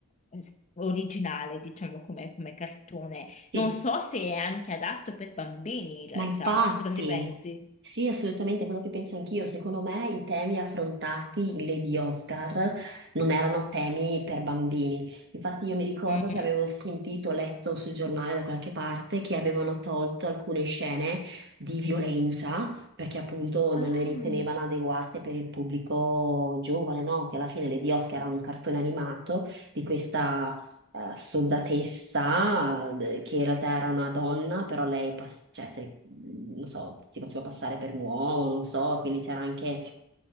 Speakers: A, on the left; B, on the right.
A: s- originale, diciamo, come, come cartone. Non
B: Sì.
A: so se è anche adatto per bambini in realtà,
B: Ma infatti,
A: cosa ne pensi?
B: sì, assolutamente quello che penso anch'io. Secondo me i temi affrontati le di Oscar non erano temi per bambini. Infatti io mi ricordo
A: Mm.
B: che avevo sentito, letto sul giornale da qualche parte che avevano tolto alcune scene di violenza perché appunto
A: Ah.
B: non le ritenevano adeguate per il pubblico giovane, no? Che alla fine le di Oscar era un cartone animato di questa eh, soldatessa, eh, che in realtà era una donna, però lei, pass- cioè, se- non so, si faceva passare per un uomo, non so, quindi c'era anche,